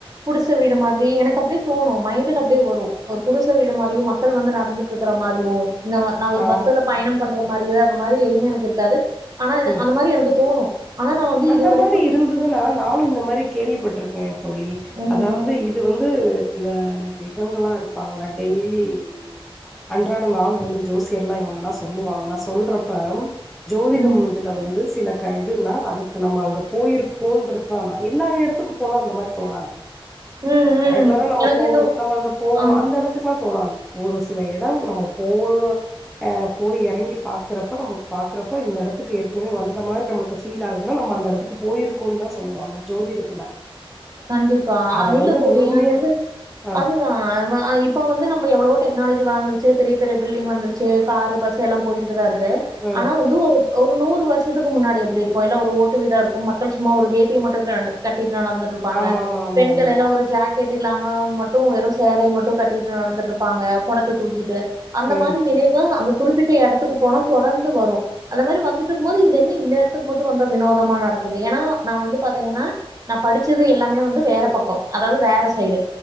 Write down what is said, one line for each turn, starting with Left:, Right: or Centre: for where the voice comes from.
Right: குடிசவீடு மாதிரி எனக்கு அப்பிடி தோணு மைண்டல அப்படியே வரு ஒரு குடிசவீடு மாரியு மக்கள் வந்து நடந்துட்டு இருக்கற மாரியு நா நா ஒரு
Centre: ஆ
Right: பஸ்ல பயணம் பண்ற மாரி ஏ அ மாரி எதுவுமே எனக்கு இருக்காது ஆனா
Centre: ம்
Right: அந்த மாரி எனக்கு தோணு ஆனா நா வந்து
Centre: அந்த
Right: இது வரைக்கும்
Centre: மாரி இருந்துன்னா நானு இந்த மாரி கேள்விப்பட்ருக்கே தோழி
Right: ம்
Centre: அதாவது இது வந்து இந்த இவங்ளா இருப்பாங்கள டெய்லி அன்றாடம் ஆள் வந்து ஜோசியர் எல்லா இவங்கல்லா சொல்லுவாங்கள சொல்றப்ப ஜோதிடம்
Right: ம் ம்
Centre: இதுல வந்து சில க இதுல்லா அது க நம்ம அங்க போயிருக்கோன்றதுதா எல்லா இடத்துக்கு போனா அந்த மாரி தோணாது
Right: ம் ம்
Centre: ரெகுலரா நம்ம
Right: எனக்கு
Centre: போவோ
Right: இந்த
Centre: நம்ம அங்க போவோ
Right: ஆ
Centre: அந்த இடத்துக்குல்லா தோணாது ஒரு சில இடம் நம்ம போ அ போய் இறங்கி பாக்குறப்ப நமக்கு பாக்குறப்ப இந்த இடத்துக்கு ஏற்கனவே வந்த மாரி நம்மளுக்கு ஃபீல் ஆகு துனா நம்ம அந்த இடத்துக்கு போயிருக்கோன்னு தா சொல்லுவாங்க ஜோதிடத்துல
Right: கண்டிப்ப
Centre: அத
Right: அ இல்ல
Centre: வந்து
Right: தோழிஅது
Centre: முழுமையா
Right: வந்து
Centre: ஆ
Right: அதுதா வ ஆ இப்ப வந்து நம்ம எவ்வளோ டெக் க்னாலஜி வந்துருச்சு பெரிய பெரிய பில்டிங் வந்துருச்சு காரு பஸ் எல்லா போயிகிட்டுத இருக் க்கு
Centre: ம்
Right: ஆனா வந்து ஒரு ஒரு நூறு வருஷத்துக்கு முன்னாடி எப்புடி இருக்கு எல்லா ஒரு ஓட்டு வீடா இருக்கும் மக்கள் சும்மா ஒரு வேட்டிய மட்டு கட்டிட்டு நடந்துட் ப்பாங்க
Centre: ஆமா ஆமா ஆமா
Right: பெண்கள்
Centre: ஆமா
Right: எல்லா ஒரு ஜாக் கேட்டு இல்லாம மட்டு வெறு சேரவி மட்டு கட்டிட்டு நடந்துட்டு இருபாங்க குடத்த தூக்கிட்டு அந்த
Centre: ம்
Right: மாரி நினைவு அந் குறிப்பிட்ட இடத்துக்கு போனா தொடர்ந்து வரு அந்த மாரி வந்துட்டு இருக்கு போது இது என்ன இந்த எட்டதுக்கு மட்டு வந்தா வினோதமா நடக்குது ஏன்னா நா வந்து பாத்தீங்கன்னா நா படிச் ச்சது எல்லாமே வந்து வேற பக்கம் அதாவது வேற சைடு